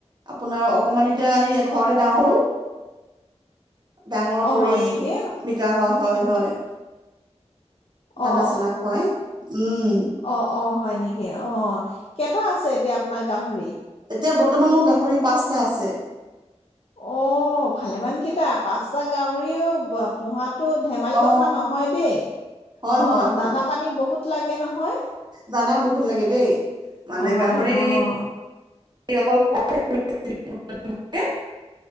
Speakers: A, on the right; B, on the left.
A: আপোনাৰ অকণমানিতে আনি ঘৰতে
B: অ
A: ডাঙৰ কৰোঁ। ডাঙৰ
B: অ
A: কৰি
B: হয় নেকি
A: বিকা হয়, হয়, হয়।
B: অ,
A: দানা
B: অ,
A: চানা খুৱাই উম
B: অ, অ, অ, হয় নেকি অহ। কেটা আছে এতিয়া আপোনাৰ গাহৰি?
A: এতিয়া বৰ্তমান মোৰ গাহৰি পাঁচটা আছে।
B: অহ, ভালেমান কেতা, পাঁচটা গাহৰিও বা পোহাতো ধেমালি
A: অ
B: কথা নহয় দেই,
A: হয়
B: অহ,
A: হয় হয়
B: দানা-পানী বহুত লাগে নহয়।
A: দানা বহুত লাগে দেই, মানে
B: অ',
A: গাহৰি
B: অ',
A: অকল <unintelligible>